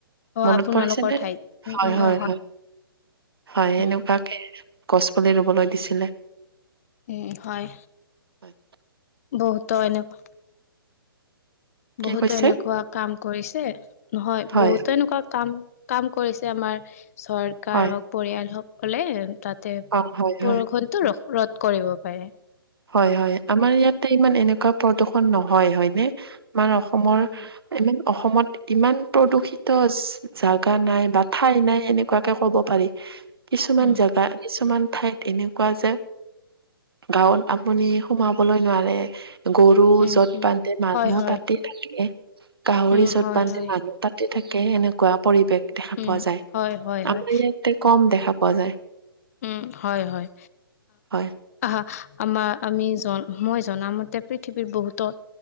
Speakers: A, on the left; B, on the right.
A: অ
B: মনত
A: আপোনালোকৰ
B: পৰিছে নে
A: ঠাইত উম
B: হয়
A: উম
B: হয়
A: অ
B: হয়
A: উম
B: এনেকুৱাকে গছ পুলি ৰুবলৈ দিছিলে
A: উম হয়
B: হয়।
A: বহুতো এনেকুৱা বহুতো
B: কি কৈছে?
A: এনেকুৱা কাম কৰিছে নহয়
B: হয়
A: বহুতো এনেকুৱা কাম কাম কৰিছে আমাৰ চৰকাৰ
B: হয়
A: হওক পৰিয়াল হকলে তাতে
B: অ হয়
A: বৰষুণটো
B: হয়
A: ৰ ৰদ কৰিব পাৰে <unintelligible>
B: হয় হয় আমাৰ ইয়াতে ইমান এনেকুৱা প্ৰদূষন নহয় হয়নে আমাৰ অসমৰ
A: উম
B: ইমান অসমত ইমান প্ৰদূষিত জাগা নাই বা ঠাই নাই এনেকুৱাকে ক'ব পাৰি <unintelligible> কিছুমান
A: উম
B: জেগা কিছুমান ঠাইত এনেকুৱা যে গাঁৱত আপুনি সোমাবলৈ নোৱাৰে গৰু
A: উম
B: যত
A: উম
B: বান্ধে মানুহ
A: হয় হয়
B: তাতে থাকে গাহৰি
A: উম
B: য'ত
A: হয়
B: বান্ধে
A: হয়
B: মানুহ তাতে থাকে এনেকুৱা পৰিৱেশ দেখা
A: উম
B: পোৱা যায়
A: হয় হয় হয়
B: আমাৰ ইয়াতে কম দেখা পোৱা যায়
A: উম হয় হয়
B: হয়
A: আহা <unintelligible> আমাৰ আমি জন মই জনামতে পৃথিৱীৰ বহুত